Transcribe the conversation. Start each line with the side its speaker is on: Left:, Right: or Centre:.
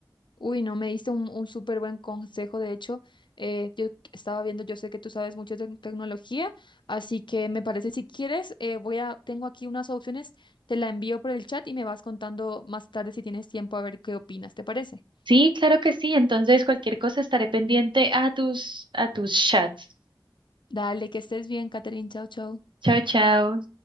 Left: Uy, no, me diste un, un súper buen consejo. De hecho, eh, yo estaba viendo, yo sé que tú sabes mucho de tecnología, así que me parece si quieres, eh, voy a, tengo aquí unas opciones, te la envío por el chat y me vas contando más tarde si tienes tiempo a ver qué opinas, ¿te parece?
Right: Sí, claro que sí. Entonces, cualquier cosa estaré pendiente a tus, a tus chats.
Left: Dale, que estés bien, Catherine. Chao, chao.
Right: Chao, chao.